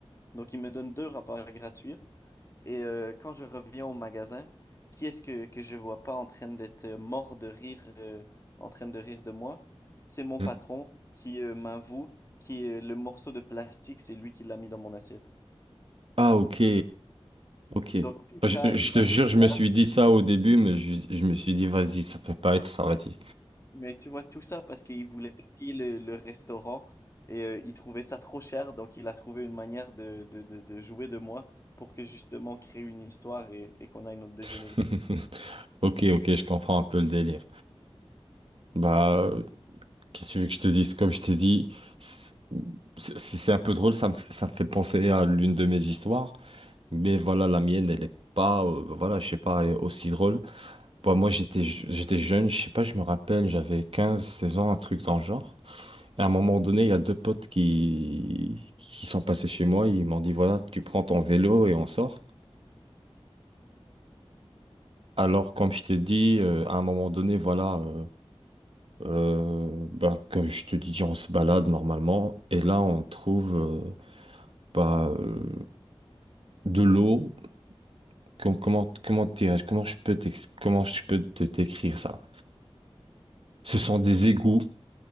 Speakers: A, on the left; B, on the right.
A: Donc, ils me donnent deux rapports gratuits. Et euh, quand je reviens au magasin, qui est-ce que, que je vois pas en train d'être euh, mort de rire, euh, en train de rire de moi? C'est mon
B: Mm.
A: patron qui euh, m'avoue que le morceau de plastique, c'est lui qui l'a mis dans mon assiette.
B: Ah, ok, ok.
A: Donc tout
B: Bah,
A: ça,
B: Je, je
A: il
B: te
A: a
B: jure,
A: fait
B: je me
A: ça.
B: suis dit ça au début, mais je, je me suis dit, vas-y, ça peut pas être ça, vas-y.
A: Mais tu vois, tout ça parce qu'il voulait pas payer le, le restaurant et euh, il trouvait ça trop cher. Donc il a trouvé une manière de, de, de, de jouer de moi pour que justement créer une histoire et, et qu'on aille notre déjeuner
B: <laughs>
A: gratuit.
B: Ok, ok, je comprends un peu le délire. Bah. Qu'est-ce que tu veux que je te dise? Comme je t'ai dit, c'est c'est- c'est un peu drôle, ça me, f- ça me fait penser à l'une de mes histoires. Mais voilà, la mienne, elle est pas, euh, bah voilà, je sais pas, elle est aussi drôle. Bah, moi, j'étais je- j'étais jeune, je sais pas, je me rappelle, j'avais 15 16 ans, un truc dans le genre. Et à un moment donné, il y a deux potes qui, qui sont passés chez moi, ils m'ont dit, voilà, tu prends ton vélo et on sort. Alors, comme je t'ai dit, euh, à un moment donné, voilà, euh, euh, bah, comme je te dis, on se balade normalement. Et là, on trouve. euh, bah, euh, de l'eau. Com- Comment, comment, dirais-je, comment je peux t'ex- comment je peux te t'écrire ça? Ce sont des égouts